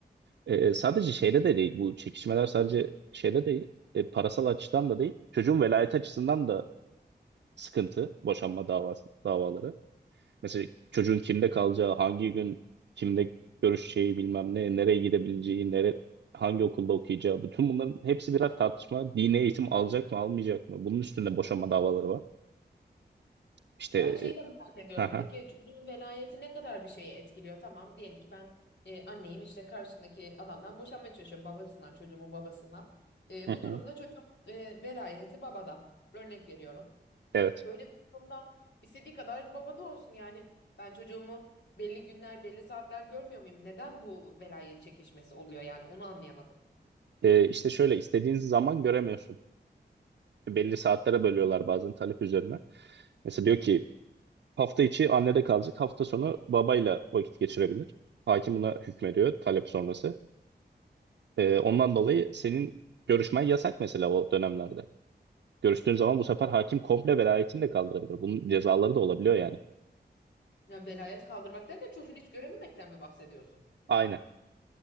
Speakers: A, on the right; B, on the left.
A: Ee, sadece şeyde de değil bu çekişmeler sadece şeyde değil e, parasal açıdan da değil çocuğun velayet açısından da sıkıntı boşanma davası, davaları. Mesela çocuğun kimde kalacağı, hangi gün kimde görüşeceği bilmem ne, nereye gidebileceği, nere, hangi okulda okuyacağı. Bütün bunların hepsi birer tartışma. Dini eğitim alacak mı, almayacak mı? Bunun üstünde boşanma davaları var. İşte
B: Ben
A: e,
B: şeyi de merak ediyorum.
A: aha,
B: Peki çocuğun velayeti ne kadar bir şeyi etkiliyor? Tamam diyelim ki ben e, anneyim işte karşımdaki adamdan boşanmaya çalışıyorum. Babasından, çocuğumun babasından. E,
A: hı
B: bu
A: hı,
B: durumda
A: hı.
B: çocuğun e, velayeti babada. Örnek veriyorum.
A: evet.
B: Böyle bir durumda istediği kadar baba da olsun yani. Ben çocuğumu belli günler, belli saatler görmüyor muyum? Neden bu velayet çekişmesi oluyor yani onu anlayamadım.
A: E, işte şöyle istediğin zaman göremiyorsun. Belli saatlere bölüyorlar bazen talep üzerine. Mesela diyor ki hafta içi annede kalacak, hafta sonu babayla vakit geçirebilir. Hakim buna hükmediyor talep sonrası. E, ondan dolayı senin görüşmen yasak mesela o dönemlerde. Görüştüğün zaman bu sefer hakim komple velayetini de kaldırabilir. Bunun cezaları da olabiliyor yani.
B: Ya velayet kaldırmak derken çocuğunu hiç görememekten mi bahsediyorsun?
A: Aynen.